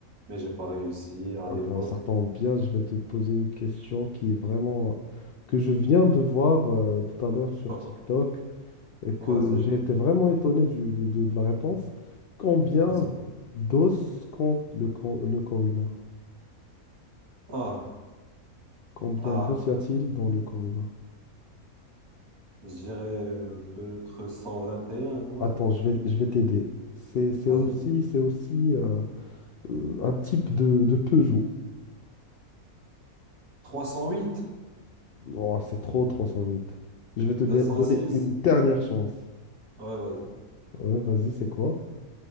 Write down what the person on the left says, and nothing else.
ah
ben, ça tombe bien, je vais te poser une question qui est vraiment que je viens de voir euh, tout à l'heure sur
TikTok et que
j'ai été vraiment étonné du- de, de- de la réponse. Combien
d'os compte le, cor- le corps humain?
Combien
d'os y a-t-il dans le corps humain?
Attends, je vais, je vais t'aider. C'est, c'est
aussi, c'est aussi un, euh, un type de, de Peugeot.
Oh, c'est trop 308. Je vais te dé-
donner
une dernière chance.
Ouais, vas-y, c'est quoi?